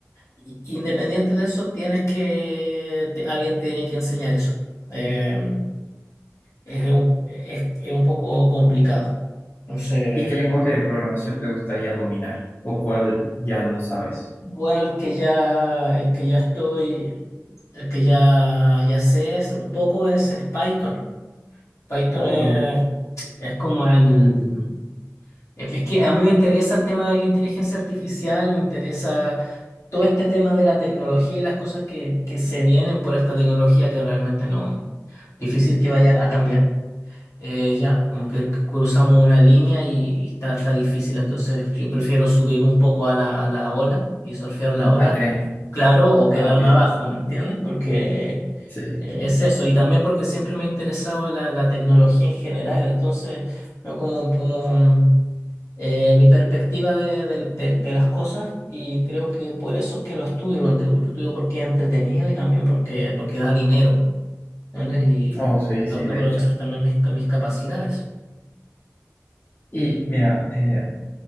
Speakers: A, on the left (about 65°); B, on the left (about 35°).
A: i- Independiente de eso, tienes que, te- alguien tiene que enseñar eso. Eh, es, un, es, es un poco complicado. Entonces,
B: ¿Y qué lenguaje de programación te gustaría dominar? ¿O cuál ya lo sabes?
A: bueno, el que ya, el que ya estoy, el que ya, ya sé es un poco es, es Python. Python
B: Oh,
A: es, es como el, Es es que a mí me interesa el tema de la inteligencia artificial, me interesa todo este tema de la tecnología y las cosas que, que se vienen por esta tecnología que realmente no, difícil que vaya a cambiar. Eh, ya, como que cruzamos una línea y está, está difícil, entonces yo prefiero subirme un poco a la, a la ola y surfear la ola,
B: al tren.
A: claro, o
B: Ah,
A: quedarme
B: ok.
A: abajo, ¿me entiendes? Porque
B: Sí,
A: eh,
B: sí.
A: es eso, y también porque siempre me ha interesado la, la tecnología en general, entonces, no como, como eh, mi perspectiva de, de- de- de las cosas y creo que por eso es que lo estudio, lo, enti- lo estudio porque es entretenido y también porque, porque da dinero, ¿entiendes? Y
B: Oh, sí,
A: tengo
B: sí,
A: que
B: de
A: aprovechar
B: hecho.
A: también mis, mis capacidades.
B: Y mira, eh,